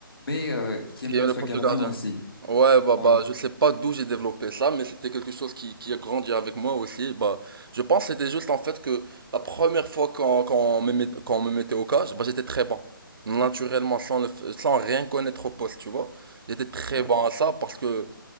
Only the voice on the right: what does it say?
il y
a le poste
de gardien.
Ouais, bah,
bah, je sais pas d'où j'ai développé ça, mais c'était quelque chose qui, qui a grandi avec moi aussi. Bah, je pense que c'était juste en fait que la première fois qu'on qu'on me, met- qu'on me mettait au cage, bah, j'étais très bon. Naturellement, sans le f- sans rien connaître au poste, tu vois. J'étais très
bon à ça parce que.